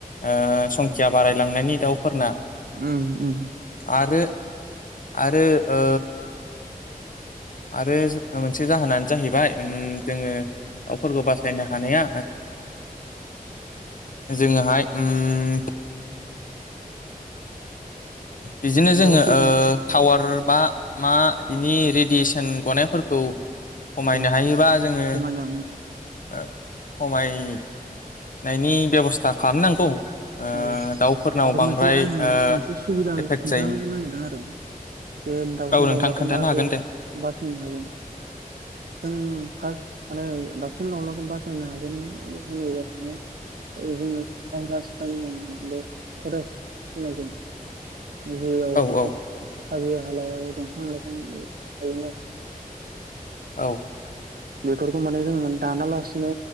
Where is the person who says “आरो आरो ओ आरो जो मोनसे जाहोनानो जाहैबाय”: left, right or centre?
Left